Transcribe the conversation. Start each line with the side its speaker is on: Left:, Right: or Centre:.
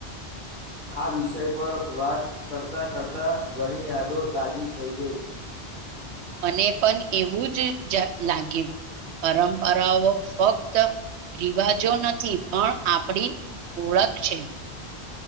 Left: આ વિષય પર વાત કરતા કરતા ઘણી યાદો તાજી થઈ ગઈ
Right: મને પણ એવું જ જ લાગ્યું પરંપરાઓ ફક્ત રિવાજો નથી પણ આપણી ઓળખ છે